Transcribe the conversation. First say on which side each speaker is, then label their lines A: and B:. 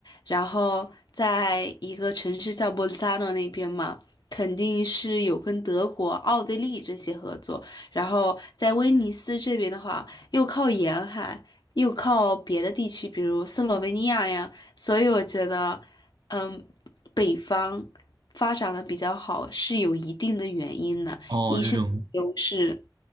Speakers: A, on the left; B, on the right.
A: 然后在一个城市叫博扎诺那边嘛，肯定是有跟德国、奥地利这些合作，然后在威尼斯这边的话，又靠沿海。又靠别的地区，比如斯洛文尼亚呀，所以我觉得，嗯，北方发展的比较好是有一定的原因的，
B: 哦这种
A: 一是优势，